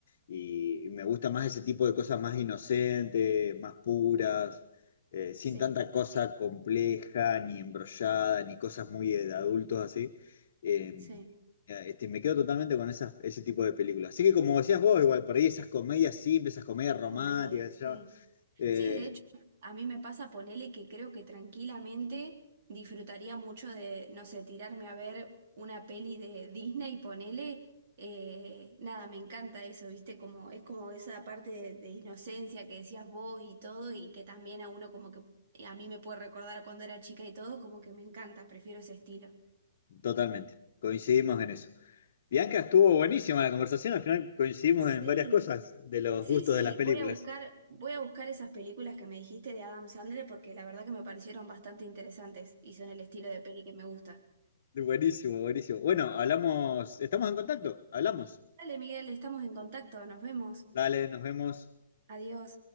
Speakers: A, on the left; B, on the right.
A: y, y me gusta más ese tipo de cosas más inocentes, más puras, eh, sin
B: Sí,
A: tanta cosa compleja, ni embrollada, ni cosas muy de, de adultos así. Eh,
B: sí.
A: eh, este, me quedo totalmente con esas, ese tipo de películas. Así que como decías vos, igual, por ahí esas comedias simples, esas comedias
B: Las
A: románticas,
B: comedias,
A: qué sé
B: sí.
A: yo, eh,
B: Sí, de hecho, a mí me pasa ponele que creo que tranquilamente disfrutaría mucho de, no sé, tirarme a ver una peli de Disney, ponele, eh, nada, me encanta eso, ¿viste? Como, es como esa parte de, de inocencia que decías vos y todo, y que también a uno como que, eh, a mí me puede recordar a cuando era chica y todo, como que me encanta, prefiero ese estilo.
A: totalmente, coincidimos en eso. Bianca, estuvo buenísima la conversación, al final coincidimos
B: Sí.
A: en varias cosas de los
B: Sí,
A: gustos
B: sí,
A: de las películas.
B: voy a buscar, voy a buscar esas películas que me dijiste de Adam Sandler porque la verdad que me parecieron bastante interesantes y son el estilo de peli que me gusta.
A: Buenísimo, buenísimo. Bueno, hablamos, estamos en contacto, hablamos.
B: Dale, Miguel, estamos en contacto, nos vemos.
A: Dale, nos vemos.
B: Adiós.